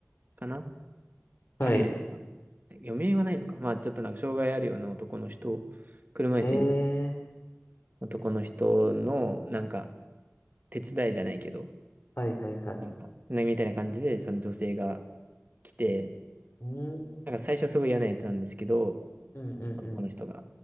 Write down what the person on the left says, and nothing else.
はい。
ええー。
はいはいはい。
うん、
うんうんうん。